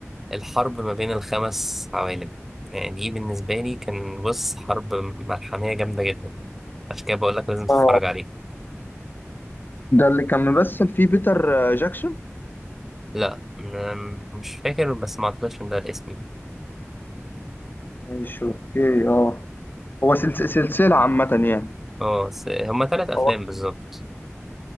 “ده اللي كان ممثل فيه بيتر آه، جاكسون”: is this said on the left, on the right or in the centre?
Left